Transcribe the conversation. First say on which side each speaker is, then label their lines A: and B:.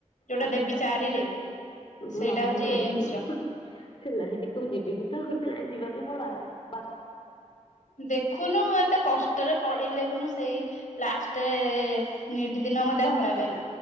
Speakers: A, on the left; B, on the left.
A: ଯୋଉଟା
B: ପକାଉ
A: ଦେବି ଚାରିରେ
B: ତୁ
A: ସେଇଟା
B: ଯୋଉ ଲାଇନ
A: ହଉଛି
B: ଧରୁଚୁ।
A: ଏମ୍ସ ର।
B: ସେ ଲାଇନ ମୁଁ ଯିବିନି ତ ସେ ଲାଇନ ଯିବା ପାଇଁ ମୋର ବା
A: ଦେଖୁନୁ ମୁଁ ଏତେ କଷ୍ଟରେ ପଡିଲି ଦେଖୁନୁ ସେଇ ଲାଷ୍ଟ ନିଟ ଦିନ ମୋ ଦେହ ଖରାପ ହେଲା।